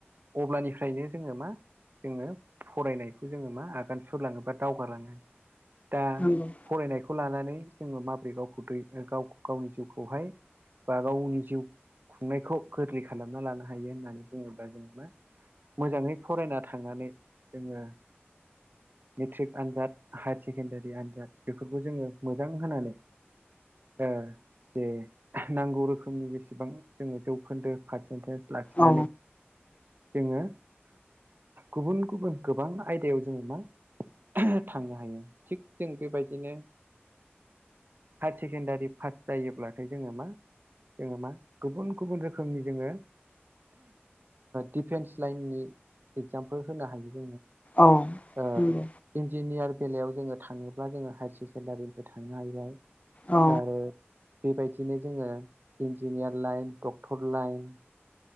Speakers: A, on the right; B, on the left.
A: अब्लानिफ्रायनो जोङो मा जोङो फरायनायखौ जोङो मा आगान सुरलाङो बा दावगालाङो दा
B: नंगौ
A: फरायनायखौ लानानै जोङो माबोरै गावखौ दै गाव गावनि जिउखौहाय बा गावनि जिउ खुंनायखौ गोरलै खालामना लानो हायो होननानै बुङोब्ला जोङो मा मोजाङै फरायना थांनानै जोङो मेट्रिक आनजाद हायार सेकेण्डारि आनजाद बेफोरखौ बेखौ जोङो मोजां होनानै ओ जे नांगौ रोखोमनि जेसेबां जोङो जौखोन्दो पारसेन्टेज लाखिनानै
B: औ
A: जोङो गुबुन गुबुन गोबां आयदायाव जोङो मा थांनो हायो थिग जों बेबायदिनो हायार सेकेण्डारि पास जायोब्लाथाय जोङो मा जोङो मा गुबुन गुबुन रोखोमनि जोङो डिफेन्स लाइननि एगजामफोर होनो हायो
B: औ
A: ओ
B: उम
A: इन्जिनियार बेलायाव जोङो थाङोब्ला जोङो हायार सेकेण्डारिनिफ्राय थांनो हाहैबाय
B: औ
A: आरो बेबायदिनो जोङो इन्जिनियार लाइन डक्टर लाइन